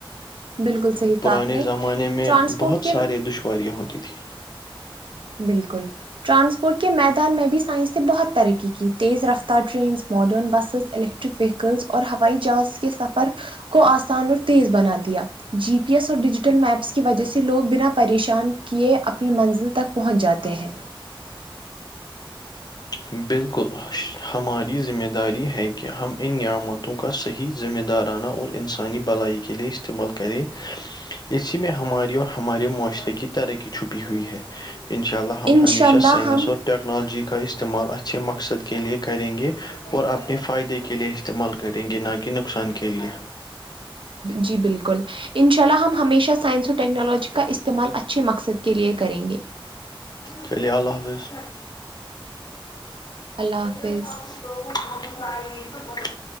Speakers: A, on the right; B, on the left.
A: بالکل صحیح
B: پرانے
A: کہا آپ نے
B: زمانے میں
A: ٹرانسپورٹ
B: بہت
A: کے
B: سارے دشواریاں ہوتی تھیں
A: بالکل ٹرانسپورٹ کے میدان میں بھی سائنس نے بہت ترقی کی تیز رفتار ٹرینس ماڈرن بسز الٹ الیکٹرک وہیکلس اور ہوائی جہاز کے سفر کو آسان اور تیز بنا دیا جی پی ایس اور ڈیجیٹل میپس کی وجہ سے لوگ بنا پریشان کیے اپنی منزل تک پہنچ جاتے
B: ہاں
A: <unintelligible>
B: بالکل ہماری ذمہ داری ہے کہ ہم ان نعمتوں کا صحیح ذمہ دارانہ اور انسانی بلائی کے لئے استعمال کرے اسی میں ہماری اور ہمارے معاشرے کی ترقی چھپی ہوئی ہے انشاء اللہ ہم
A: انشاء
B: ہم ہمیشہ
A: اللہ
B: سائنس
A: ہم
B: اور ٹیکنالوجی کا استعمال اچھے مقصد کے لیے کریں گے اور اپنے فائدے کے لیے استعمال کریں گے نہ کہ نقصان کے لیے
A: جی بالکل انشاء اللہ ہم ہمیشہ سائنس اور ٹیکنالوجی کا استعمال اچھے مقصد کے لیے کریں گے
B: چلیے اللہ حافظ
A: اللہ حافظ
B: ئی تو ب <unintelligible>